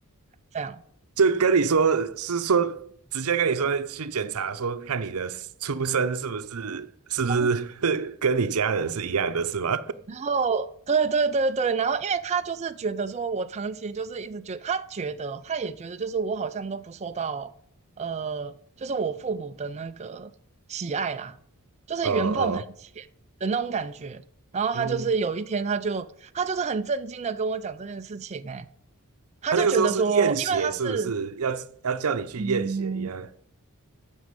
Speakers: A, on the right (about 30°); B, on the right (about 80°).
A: 这样。
B: 就跟你说，是说直接跟你说去检查，说看你的出生是不是是不是
A: 嗯，
B: <laughs> 跟你家人是一样的，是吗？
A: 然后对对对对，然后因为他就是觉得说我长期就是一直觉他觉得他也觉得就是我好像都不受到呃，就是我父母的那个喜爱啦，就是缘分很浅的那种感觉。
B: <laughs> 哦哦，
A: 然后他就是有一天，
B: 嗯，
A: 他就他就是很震惊的跟我讲这件事情、欸，他就觉得说，
B: 他那个时候是验血，
A: 因为他是
B: 是不是要要叫你去验血一样？
A: 嗯，